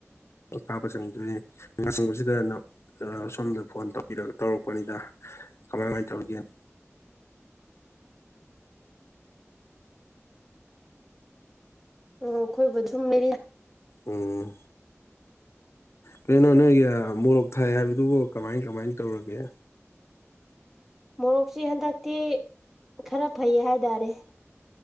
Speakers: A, on the left; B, in the centre.
A: ꯀꯥꯕ ꯆꯪꯗꯣꯏꯅꯦ ꯂ ꯆꯪꯕꯁꯤꯗ ꯁꯣꯝꯗ ꯐꯣꯟ ꯇꯧꯕꯔ ꯇꯧꯔꯛꯄꯅꯤꯗ ꯀꯃꯥꯏ ꯀꯃꯥꯏꯅ ꯇꯧꯔꯤꯒꯦꯅ
B: ꯑꯣ ꯑꯩꯈꯣꯏꯕꯨꯖꯨꯝ ꯃꯦꯔꯤ
A: ꯎꯝ ꯀꯩꯅꯣ ꯅꯣꯏꯒꯤ ꯃꯣꯔꯣꯛ ꯊꯥꯏ ꯍꯥꯏꯕꯗꯨꯕꯨ ꯀꯃꯥꯏ ꯀꯃꯥꯏ ꯇꯧꯔꯒꯦ
B: ꯃꯣꯔꯣꯛꯁꯤ ꯍꯟꯗꯛꯇꯤ ꯈꯔ ꯐꯩꯌꯦ ꯍꯥꯏ ꯇꯔꯦ